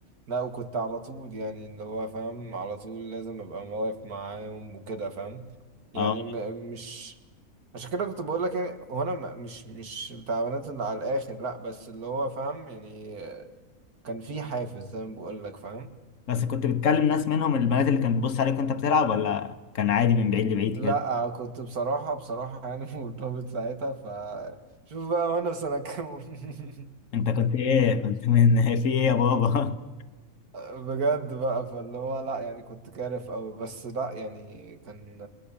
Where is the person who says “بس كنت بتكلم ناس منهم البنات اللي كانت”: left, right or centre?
Left